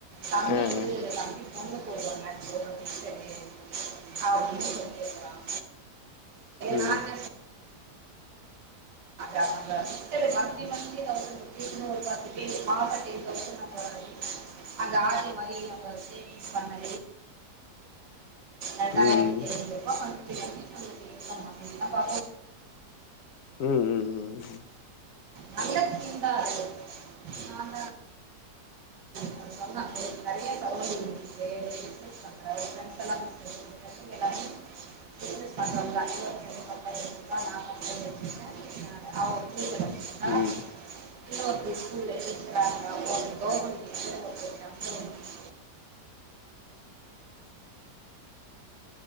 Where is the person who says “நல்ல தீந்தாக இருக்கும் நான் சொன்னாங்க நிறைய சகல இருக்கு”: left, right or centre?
Right